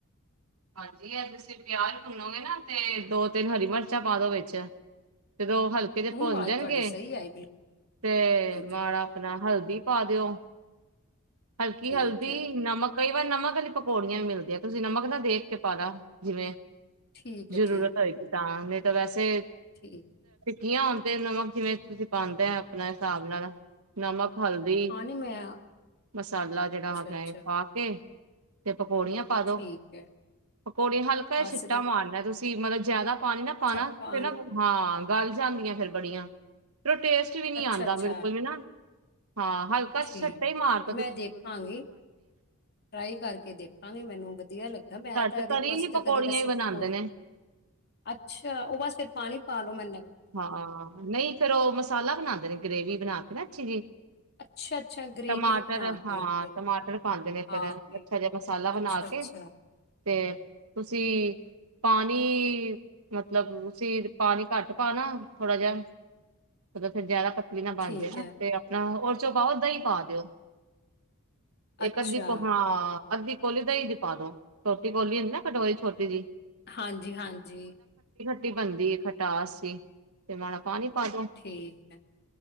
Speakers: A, on the right (about 80°); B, on the left (about 50°).
A: ਹਾਂਜੀ ਐ ਤੁਸੀਂ ਪਿਆਜ ਭੁੰਨੋਗੇ ਨਾ ਤੇ ਦੋ-ਤਿੰਨ ਹਰੀ ਮਿਰਚਾਂ ਪਾ ਦੋ ਵਿੱਚ। ਜਦੋਂ ਹਲਕੇ ਦੇ
B: ਹੁਣ
A: ਭੁੰਣ
B: ਆਵਾਜ਼
A: ਜਾਣਗੇ
B: ਤੁਹਾਡੀ ਸਹੀ ਆਈ ਬਿਲਕੁਲ,
A: ਤੇ
B: ਹਾਂਜੀ,
A: ਮਾੜਾ
B: ਹਾਂ,
A: ਆਪਣਾ ਹਲਦੀ ਪਾ ਦਿਓ। ਹਲਕੀ
B: ਠੀਕ
A: ਹਲਦੀ,
B: ਹੈ,
A: ਨਮਕ ਕਈ ਵਾਰ ਨਮਕ ਵਾਲੀ ਪਕੌੜੀਆਂ ਵੀ ਮਿਲਦੀਆਂ, ਤੁਸੀਂ ਨਮਕ ਦਾ ਦੇਖ ਕੇ ਪਾਣਾ ਜਿਵੇਂ
B: ਠੀਕ ਹੈ,
A: ਜ਼ਰੂਰਤ
B: ਠੀਕ,
A: ਹੋਏਗੀ ਤਾਂ ਨਹੀਂ ਤਾਂ ਵੈਸੇ
B: ਠੀਕ।
A: ਗਿਆਂ ਹੁਣ ਤੇ ਨਮਕ ਜਿਵੇਂ ਤੁਸੀਂ ਪਾਂਦੇ ਐ ਆਪਣੇ ਹਿਸਾਬ ਨਾਲ ਨਮਕ ਹਲਦੀ
B: ਹਾਂ ਨਹੀਂ ਮੈਂ
A: ਮਸਾਲਾ ਜਿਹੜਾ
B: ਅੱਛਾ-ਅੱਛਾ।
A: ਹੈਗਾ ਪਾ ਕੇ ਤੇ ਪਕੌੜੀਆਂ ਪਾ ਦੋ,
B: ਠੀਕ ਹੈ
A: ਪਕੌੜੇ ਹਲਕਾ
B: ਬਸ
A: ਛਿੱਟਾ
B: ਤੇ
A: ਮਾਰਨਾ ਏ ਤੁਸੀਂ ਪ ਮਤਲਬ ਜਾਦਾ ਪਾਣੀ ਨਾ ਪਾਣਾ
B: ਅੱਛਾ ਪਾਣੀ
A: ਫਿਰ ਨਾ ਬੁ ਹਾਂ। ਗੱਲ ਜਾਂਦੀਆਂ ਫਿਰ ਬੜੀਆਂ। ਫਿਰ ਔ ਟੇਸਟ ਵੀ ਨੀ
B: ਅੱਛਾ
A: ਆਂਦਾ
B: ਅੱਛਾ
A: ਬਿਲਕੁਲ ਵੀ ਨਾ ਹਾਂ ਹਲਕਾ ਛੱਟਾ
B: ਠੀਕ
A: ਹੀ ਮਾਰ
B: ਮੈਂ ਦੇਖਾਂਗੀ, ਟਰਾਈ ਕਰਕੇ ਦੇਖਾਂਗੀ ਮੈਨੂੰ ਵਧੀਆ ਲੱਗ ਮੈਂ
A: ਸਾਡੇ
B: ਤਾਂ ਦੇਖੋ
A: ਤਰੀ
B: ਅਸੀਂ
A: ਲਈ
B: ਤਾਂ
A: ਪਕੌੜੀਆਂ
B: ਕਦੀ ਵੈਸੇ
A: ਹੀ ਬਣਾਂਦੇ
B: ਪਕੌੜੇ
A: ਨੇ
B: ਅੱਛਾ ਉਹ ਬਸ ਫਿਰ ਪਾਣੀ ਪਾ ਲੋ ਮੰਨ
A: ਹਾਂ ਨਹੀਂ ਫਿਰ ਉਹ ਮਸਾਲਾ ਬਣਾਉਂਦੇ ਨੇ ਗਰੇਵੀ ਬਣਾ ਰਚ ਜੀ
B: ਅੱਛਾ ਅੱਛਾ ਗ੍ਰੇਵੀ
A: ਟਮਾਟਰ
B: ਜਿਹੀ ਬਣਾ
A: ਹਾਂ
B: ਕੇ ਫਿਰ
A: ਟਮਾਟਰ ਪਾਉਂਦੇ ਨੇ
B: ਪਾ
A: ਫਿਰ ਅੱਛਾ
B: ਕੇ
A: ਜਿਹਾ ਮਸਾਲਾ ਬਣਾ
B: ਅੱਛਾ ਅੱਛਾ
A: ਕੇ ਤੇ ਤੁਸੀਂ ਪਾਣੀ ਮਤਲਬ ਤੁਸੀਂ ਪਾਣੀ ਘੱਟ ਪਾਨਾ ਥੋੜਾ ਜਿਹਾ ਫਿਰ ਜ਼ਦਾ ਪ ਵੀ ਨਾ ਬਣਜੇ
B: ਠੀਕ
A: ਨਾ
B: ਹੈ
A: ਤੇ ਆਪਣਾ ਹੋਰ ਵਿੱਚੋਂ ਪਾਓ ਦਹੀਂ ਪਾ ਦਿਓ
B: ਅੱਛਾ
A: ਇੱਕ ਅਦੀ ਪ ਹਾਂ ਅੱਧੀ ਕੋਲੀ ਦਹੀਂ ਦੀ ਪਾ ਦੋ ਛੋਟੀ ਕੋਹਲੀ ਹੁੰਦੀ ਨਾ ਕਟੋਰੀ ਛੋਟੀ ਜਹੀ
B: ਹਾਂਜੀ ਹਾਂਜੀ
A: ਖਟੀ ਬਣਦੀ ਏ ਖਟਾਸ <unintelligible> ਪਾਨੀ ਪਾ ਦੋ
B: ਠੀਕ ਹੈ